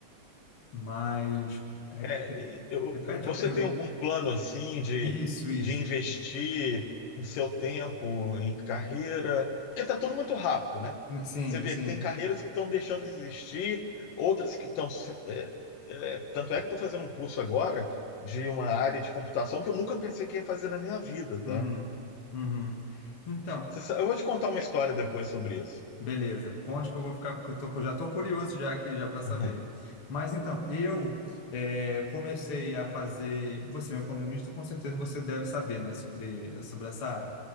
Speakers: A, on the left; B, on the left.
A: Mas, re-
B: É,
A: re-
B: e eu-
A: repete
B: eu- você
A: a pergunta.
B: tem algum plano assim de,
A: Isso, isso.
B: de investir em seu tempo, em carreira? Porque tá tudo muito rápido, né?
A: Sim,
B: Você vê
A: sim.
B: que tem carreiras que estão deixando de existir, outras que estão. se- é, é, tanto é que eu estou fazendo um curso agora de uma área de computação que eu nunca pensei que ia fazer na minha vida,
A: Uhum,
B: tá?
A: uhum. Então,
B: Você sa- Eu vou te contar uma história depois sobre isso.
A: Beleza, conte que eu vou ficar, que eu tô- que eu já estou curioso já aqui já para saber.
B: <laughs>
A: Mas então, eu eh, comecei a fazer, você é um economista, com certeza você deve saber, né, sobre, sobre essa área.